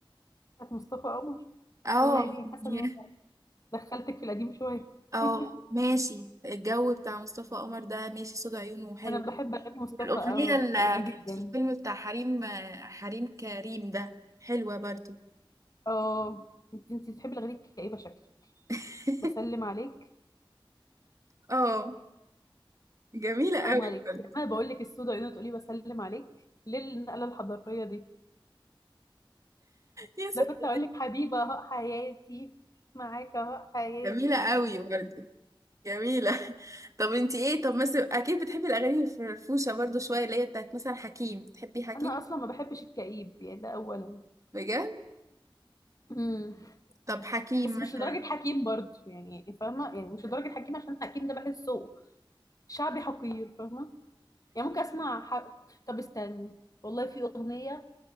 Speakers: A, on the left (about 40°); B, on the right (about 35°).
A: بتاعت مصطفى قمر
B: اه
A: بس يعني حاسة
B: يعني-
A: إن أنا دخلتك في القديم شوية
B: اه
A: <laughs>
B: ماشي الجو بتاع مصطفى قمر ده ماشي صوت عيونه حلو
A: أنا بحب أغاني مصطفى
B: الأغنية
A: قمر
B: اللي
A: جدا
B: كانت في الفيلم بتاع حريم حريم كريم ده حلوة برضو
A: اه انت انت بتحبي الأغاني الكئيبة شكل
B: <laughs>
A: بسلم عليك
B: اه جميلة
A: حرام
B: قوي
A: عليك
B: برضو
A: أنا بقول لك السود عيون تقولي بسلم عليك ليه النقلة الحضارية دي
B: يا ست
A: ده كنت أقول لك حبيبة أهو حياتي معاك أهو حياتي
B: جميلة قوي برضو جميلة <laughs> طب انتي ايه طب مثلا اكيد بتحبي الاغاني الفرفوشة برضو شوية اللي هي بتاعت مثلا حكيم بتحبي حكيم
A: أنا أصلا ما بحبش الكئيب يعني ده أولا
B: بجد
A: <clears throat>
B: طب حكيم
A: بس
B: مثلا
A: مش لدرجة حكيم برضه يعني فاهمة يعني مش لدرجة حكيم عشان حكيم ده بحسه شعبي حقير فاهمة يعني ممكن أسمع حق... طب استني والله في أغنية